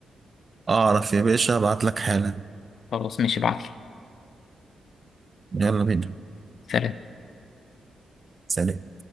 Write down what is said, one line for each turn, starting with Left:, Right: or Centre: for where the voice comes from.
Right: أعرف يا باشا أبعت لك حالا
Left: خلاص ماشي ابعت لي
Right: يلا بينا
Left: سلام
Right: سلام